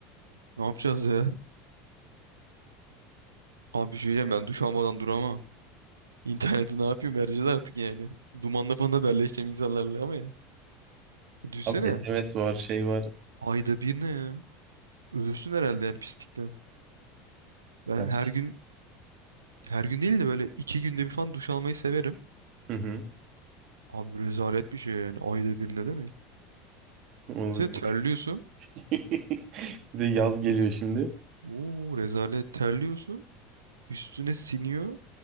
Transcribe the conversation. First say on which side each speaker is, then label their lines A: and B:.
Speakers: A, on the right; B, on the right.
A: Ne yapacağız ya? Abi bir şey diyeceğim ben duş almadan duramam. İnterneti ne yapayım vereceğiz artık yani. Dumanla falan haberleşeceğim insanlarla ama ya. Düşünsene.
B: Abi SMS var, şey var.
A: Ayda bir ne ya? Ölürsün herhalde yani pislikten. Ben
B: Yap.
A: her gün her gün değil de böyle iki günde bir falan duş almayı severim.
B: Hı hı.
A: Abi rezalet bir şey yani. Ayda bir ne demek?
B: Vallahi
A: Sen terliyorsun.
B: <laughs> Bir de yaz geliyor şimdi.
A: Oo rezalet terliyorsun. Üstüne siniyor.